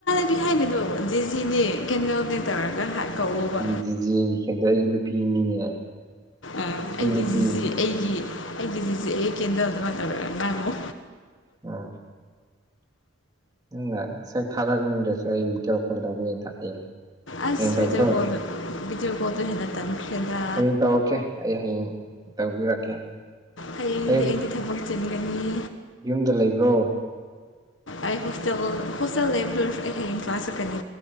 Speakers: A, on the left; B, on the right.
A: ꯄꯤ ꯍꯥꯏꯒꯅꯣ ꯖꯤꯖꯤꯅꯦ ꯀꯦꯅꯦꯜꯅꯦ ꯇꯧꯔꯒ ꯍꯥ ꯀꯛꯎꯕ
B: <unintelligible> ꯑꯩ ꯅꯨꯄꯤꯅꯤꯅꯦ
A: ꯑꯥ ꯑꯩꯒꯤ
B: ꯅꯨꯄꯤ
A: ꯖꯤꯖꯤ ꯑꯩꯒꯤ ꯑꯩꯒꯤ ꯖꯤꯖꯤ ꯑꯩ ꯀꯦꯟꯗꯜ ꯑꯗꯨꯃꯥꯏꯅ ꯇꯧꯔ ꯉꯥꯡꯉꯣ
B: ꯎꯝ ꯅꯪꯅ ꯉꯁꯥꯏ ꯊꯥꯔꯛꯅꯤꯡꯗ꯭ꯔꯁꯨ ꯑꯩ ꯚꯤꯗꯤꯑꯣ ꯀꯣꯜ ꯇꯧꯒꯦꯗ ꯍꯌꯦꯡ
A: ꯑꯁ
B: ꯍꯌꯦꯡ ꯇꯧꯁꯤꯔꯣ
A: ꯚꯤꯗꯤꯑꯣ ꯀꯣꯜꯗꯨ ꯚꯤꯗꯤꯑꯣ ꯀꯣꯜꯗꯨ ꯍꯦꯟꯅ ꯇꯟꯈ꯭ꯔꯦꯗ
B: ꯍꯌꯦꯡ ꯇꯧꯔꯛꯀꯦ ꯑꯩ ꯍꯌꯦꯡ ꯇꯧꯕꯤꯔꯛꯀꯦ
A: ꯍꯌꯦꯡꯗꯤ
B: ꯍꯌꯦꯡ
A: ꯑꯩꯗꯤ ꯊꯕꯛ ꯆꯤꯟꯒꯅꯤ
B: ꯌꯨꯝꯗ ꯂꯩꯈ꯭ꯔꯣ
A: ꯑꯩ ꯍꯣꯁꯇꯦꯜ ꯍꯣꯁꯇꯦꯜ ꯂꯩꯕꯗꯨꯁꯨ ꯑꯩ ꯍꯌꯦꯡ ꯀ꯭ꯂ ꯆꯛꯀꯅꯤ